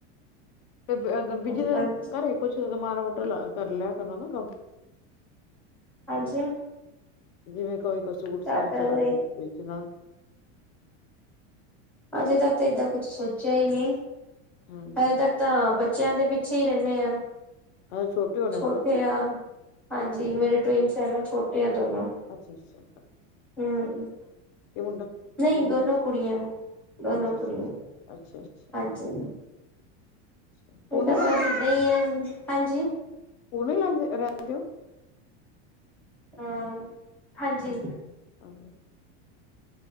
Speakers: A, on the left; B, in the centre.
A: ਤੇ ਬੀਜ
B: ਅੱਜ
A: ਦੇ
B: ਕੱਲ
A: ਘਰੇ ਕੁੱਛ ਮ੍ਹਾਰਾ ਮੋਟਾ ਕਰ ਲਿਆ ਕਰੋ, ਨਾ ਕੰਮ।
B: ਹਾਂਜੀ।
A: ਜਿਵੇਂ ਕੋਈ-ਕੋਈ ਸੂਟ
B: ਸਾਡਾ
A: ਸਾੜ'ਚ
B: ਤਾਂ
A: ਵੇਚਣਾ
B: ਅਜੇ ਤੱਕ ਤਾ ਏਦਾਂ ਕੁਛ ਸੋਚਿਆ ਹੀ ਨਹੀਂ,
A: ਹਾਂਜੀ
B: ਅਜੇ ਤੱਕ ਤਾਂ ਬੱਚਿਆਂ ਦੇ ਪਿੱਛੇ ਹੀ ਰਹਿੰਨੇ ਆ,
A: ਹਜੇ ਹੋਣੇ
B: ਛੋਟੇ
A: ਨਾ ਬੱਚੇ
B: ਆ। ਹਾਂਜੀ, ਮੇਰੇ ਟਵਿਨਸ ਹੈ ਛੋਟੇ ਆ ਦੋਨੋ,
A: ਅੱਛਾ-ਅੱਛਾ,
B: ਹੂੰ,
A: ਮੁੰਡਾ
B: ਨਹੀਂ
A: ਮੁੰਡੇ
B: ਦੋਨੋ ਕੁੜੀਆਂ, ਦੋਨੋ
A: ਅੱਛਾ ਅੱਛਾ
B: ਕੁੜੀਆਂ
A: ਅੱਛਾ ਅੱਛਾ ਅੱਛਾ
B: ਹਾਂਜੀ,
A: ਅੱਛਾ ਪੂਨੇ
B: ਇਹ ਤਾਂ
A: ਰਹਿੰਦੇ
B: ਬਸ ਏਦਾਂ ਹੀ ਹੈ ਹਾਂਜੀ,
A: ਪੂਣੇ ਰਹਿੰਦੇ ਔ,
B: ਹਾਂ। ਹਾਂਜੀ
A: ਅੱਛਾ, ਹਾਂਜੀ।